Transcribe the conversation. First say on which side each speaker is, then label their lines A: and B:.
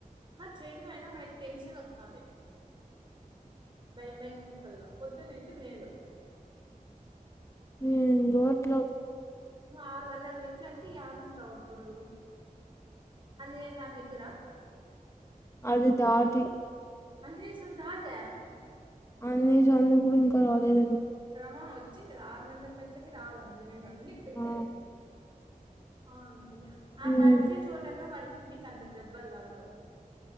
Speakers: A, on the right; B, on the left.
A: హ చేయదుయినా మనకి టెన్షన్ వస్తాంది బయం భయంగా కల్లా పొద్దునైతే మేలు
B: ఊ రోట్లో
A: ఆరు వందల మెట్లు అంటే ఏడుంటావు ఇప్పుడు అందుకె ని దగ్గర
B: అదిదాటి
A: అందిజినేశం దాట్యా
B: ఆంజనేయస్వామి కూడా ఇంకా రాలేదు
A: ఆ వచ్చింది ఆరు వందల మెట్లకి రాదు అంజ అంగే ఎక్కడికలే
B: ఆ
A: ఆ అమ్మయ్యా ఆ
B: ఉమ్
A: నరిచే చోటన్న పడింది మే నికంత దెబ్బలు తగలవు